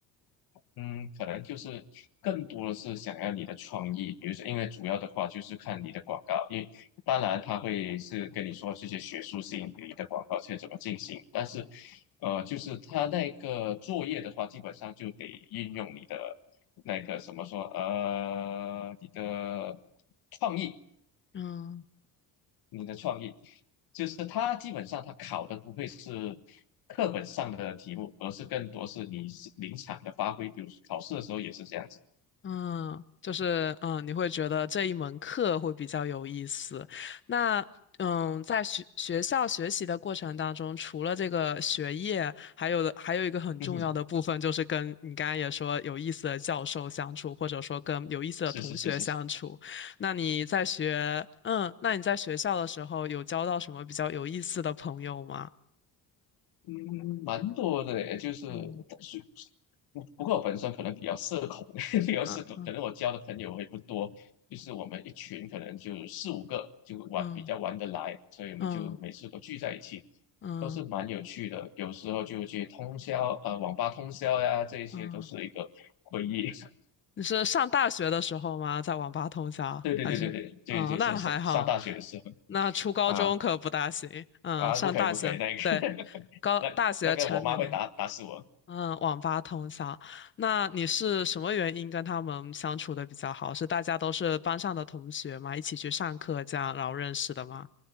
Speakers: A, on the left; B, on the left.
A: 嗯，可能就是更多的是想要你的创意，比如说，因为主要的话就是看你的广告，因为当然他会是跟你说这些学术性你的广告是怎么进行，但是，呃，就是他那个作业的话，基本上就得运用你的那个什么说，呃，你的创意，
B: 嗯。
A: 你的创意，就是他基本上他考的不会是课本上的题目，而是更多是你临场的发挥，比如考试的时候也是这样子。
B: 嗯，就是嗯，你会觉得这一门课会比较有意思。那嗯，在学学校学习的过程当中，除了这个学业，还有的还有一个很重要的部分，
A: 嗯哼，
B: 就是跟你刚刚也说有意思的教授相处，或者说跟有意思的同学相处。
A: 是是是是是，
B: 那你在学，嗯，那你在学校的时候有交到什么比较有意思的朋友吗？
A: 嗯，蛮多的诶，就是但是
B: 嗯
A: 不过我本身可能比较社恐，<laughs> 比较社恐，
B: 嗯嗯
A: 可能我交的朋友会不多，就是我们一群可能就四五个就玩比较玩得来，
B: 嗯
A: 所以我们就每次都聚在一起，
B: 嗯嗯嗯。
A: 都是蛮有趣的，有时候就去通宵啊呃网吧通宵呀，这一些都是一个回忆。
B: 嗯
A: <laughs>
B: 你是上大学的时候吗？在网吧通宵还是？
A: 对对对对对，这就是上上大学的时候
B: 哦，那还好。那初高中可不大行。
A: 啊
B: 嗯，
A: 啊，
B: 上大学，
A: 不可以不可以，那个 <laughs>
B: 对，高大学成年了。
A: 那那个我妈会打打死我。
B: 嗯，网吧通宵。那你是什么原因跟他们相处的比较好？是大家都是班上的同学嘛？一起去上课这样，然后认识的吗？